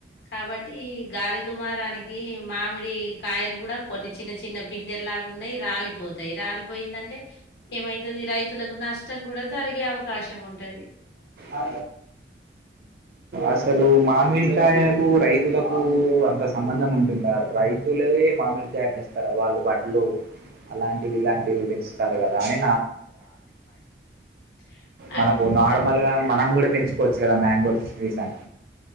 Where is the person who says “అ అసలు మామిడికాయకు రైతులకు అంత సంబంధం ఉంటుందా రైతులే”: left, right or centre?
Right